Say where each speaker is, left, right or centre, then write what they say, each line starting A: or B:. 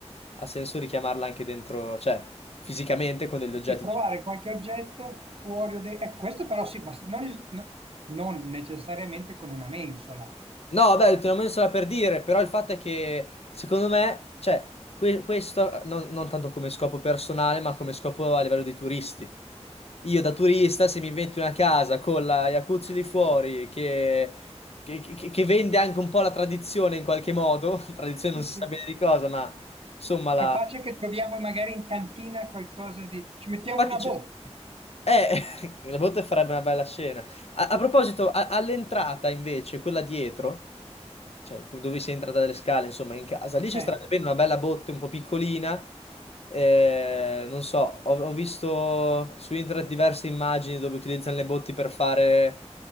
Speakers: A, on the left; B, on the right.
A: ha senso richiamarla anche dentro, cioè fisicamente con degli oggetti.
B: e trovare qualche oggetto fuori o dentro. Eh, questo però sì, ma non, il- no- non necessariamente con una mensola.
A: No, beh, te l'ho messo là per dire, però il fatto è che secondo me, cioè, que- questo non, non tanto come scopo personale, ma come scopo a livello dei turisti. Io da turista, se mi invento una casa con la jacuzzi di fuori, che, che- che- che vende anche un po' la tradizione in qualche modo, <laughs> tradizione
B: Sì,
A: non si
B: sì.
A: sa bene di cosa, ma insomma, la...
B: Capace che troviamo magari in cantina qualcosa di... Ci mettiamo
A: infatti
B: una
A: c'è-
B: botte.
A: eh, <laughs> le botte farebbe una bella scena. A, a proposito, a- all'entrata invece, quella dietro. cioè, dove si entra dalle scale, insomma, in casa. Lì ci
B: eh.
A: starebbe bene una bella botte un po' piccolina. eh, non so, ho, ho visto su internet diverse immagini dove utilizzano le botti per fare